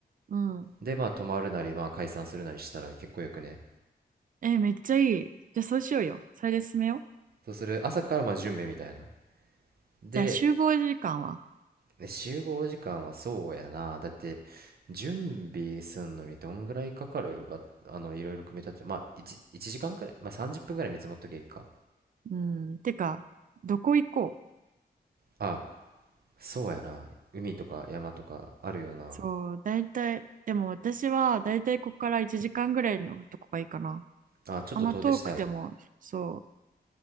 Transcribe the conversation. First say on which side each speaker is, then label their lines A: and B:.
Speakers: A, on the right; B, on the right.
A: うん。
B: でまあ泊まるなりまあ解散するなりしたら結構よくね
A: え、めっちゃいい。じゃあそうしようよ。それで進めよう。
B: そうする朝からまあ準備みたいなで
A: じゃあ集合時間は。
B: ね集合時間はそうやなだって準備すんのにどんぐらいかかるわあのいろいろ組み立ててまあ 1, 時間くらいまあ30分くらい見積もっときゃいいか
A: うん。てか、どこ行こう
B: あそうやな。海とか山とかあるよな。
A: そう、大体、でも私は大体ここから1時間ぐらいのとこがいいかな。
B: あ、ちょっと遠出したい。
A: あんま遠くても、そ